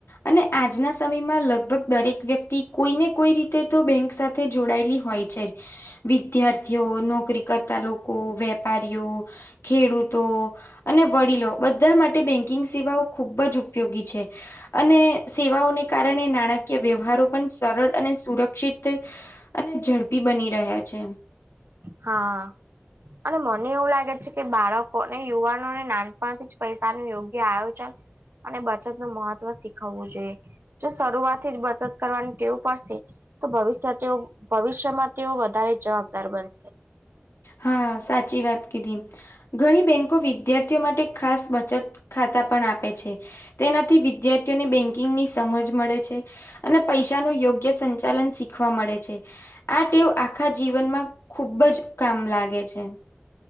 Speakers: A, on the left (about 75°); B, on the right (about 60°).
A: અને આજના સમયમાં લગભગ દરેક વ્યક્તિ કોઈને કોઈ રીતે તો બેંક સાથ તે જોડાયેલી હોય છે વિદ્યાર્થીઓ નોકરી કરતા લોકો વેબ વેપારિયો ખેડૂતો અને વડીલો બધા માટે બેંકિંગ સેવાઓ ખુબ જ ઉપયોગી છે. <inaudible> અને સેવાઓને કારણે નાણાકીય વ્યવહારો પણ સરળ અને સુરક્ષિત અને ઝડપી બની રહ્યા છે.
B: હા. અને મને એવું લાગે છે કે બાળકોને યુવાનોને નાનપણથી જ પૈસાનું યોગ્ય આયોજન અને બચત નું મહત્વ શીખવવું જોઈએ. જો શરૂઆત થી જ બચત કરવાની ટેવ પડશે તો ભવિષ્ય તેઓ ભવિષ્યમાં તેઓ વધારે જવાબદાર બનશે.
A: હા સાચી વાત કીધી ઘણી બેંકો વિદ્યાર્થીઓ માટે ખાસ બચત ખાતા પણ આપે છે. તેનાથી વિદ્યાર્થીઓને બેન્કિંગ ની સમજ મળે છે. અને પૈસાનું યોગ્ય સંચાલન શીખવા મળે છે. આ ટેવ આખા જીવનમાં ખુબ જ કામ લાગે છે.